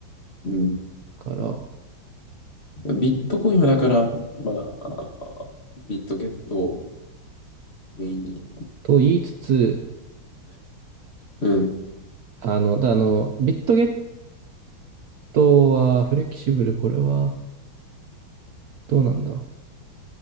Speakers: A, on the left (about 35°); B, on the right (about 65°).
A: う。うん。
B: から、
A: ビットコインはだから、まあ、ビットゲットをメインに。
B: と言いつつ、
A: うん。
B: あの、だあの、ビットゲットはフレキシブル、これはどうなんだ